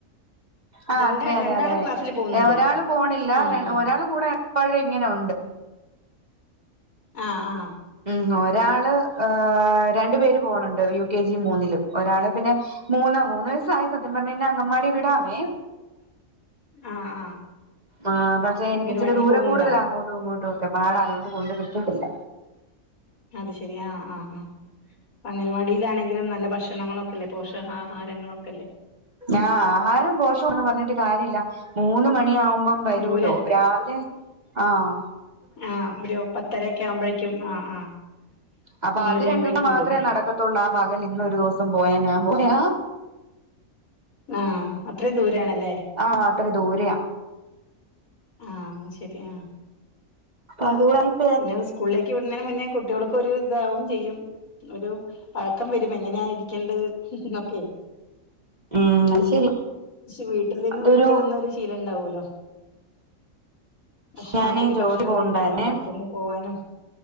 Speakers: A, on the right; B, on the left.
A: ആ
B: രണ്ട്
A: അതെ അതെ
B: രണ്ടാളും
A: അതെ
B: ക്ലാസ്സില് പോകുന്നുണ്ട്
A: ഒരാള് പോണില്ല
B: ഉം ഉം
A: ഒരാള് കൂടെ എപ്പഴും ഇങ്ങനെ ഒണ്ട്
B: ആഹ് ആഹ്
A: മ് ഒരാള് ഏ രണ്ടു പേര് പോണോണ്ട് യു കെ ജി മൂന്നിലും ഒരാള് പിന്നെ മൂന്ന് മൂന്നു വയസായി സത്യം പറഞ്ഞ് കഴിഞ്ഞാ അങ്കമാടി വിടാവേ
B: ആഹ് ആ
A: ആ പക്ഷെ എനിക്ക്
B: അംഗനവാടില്
A: ഇച്ചിരി ദൂരം
B: പോകുന്നുണ്ടോ
A: കൂടുതല അങ്ങോട്ടും ഇങ്ങോട്ടും ഒക്കെ പാടാ അതുകൊണ്ട് കൊണ്ട് വിട്ടിട്ടില്ല
B: അത് ശരി ആ ആ ആ അംഗനവാടിയിലാണെങ്കിലും നല്ല ഭക്ഷണങ്ങളൊ ല്ലേ പോഷകാഹാരങ്ങളൊക്കെല്ലേ
A: ആഹ് ആഹാരം പോഷവാന്ന് പറഞ്ഞിട്ട് കാര്യല്ല മൂന്ന് മണിയാവുമ്പം വരൂലോ
B: ദൂരെ
A: രാവിലെ ആഹ്
B: ആഹ് ഒരു പത്തരൊക്കെ ആവുമ്പഴേക്കും ആഹ് ആഹ്
A: അപ്പൊ
B: മൂന്നര
A: അത്
B: ആവുമ്പോഴേക്കും
A: രണ്ടുണം മാത്രേ
B: വിടും ചെയ്യും
A: നടക്കത്തുള്ളൂ ആ പകൽ ഇന്നൊരു ദിവസം പോയാ ഞാ പോയാ
B: ആഹ് അത്രേം ദൂരെണല്ലേ
A: ആഹ് അത്ര ദൂരെയാ
B: ആഹ് ശരി ആ
A: അതൂടെങ്ങ്
B: പിന്നെ സ്കൂളിലേക്ക് വിടുന്നതിന് മുന്നേ കുട്ടികൾക്കൊരു ഇതാവും ചെയ്യും ഒരു പഴക്കം വരും എങ്ങനെയ ഇരിക്കണ്ട് ന്നൊക്കെ
A: ഉം അത് ശരി
B: ശി വീട്ടിൽ നിന്ന്
A: അതൊരു
B: വിട്ടു നിന്നൊരു ശീലണ്ടാവൂലോ ഭക്ഷണംഒറ്റക്ക്
A: ഞാന് ജോലി
B: ഭക്ഷണം
A: പോവുണ്ടായിരുന്നേ
B: കഴിക്കാനും ബാത്റൂമിൽ പോവാനും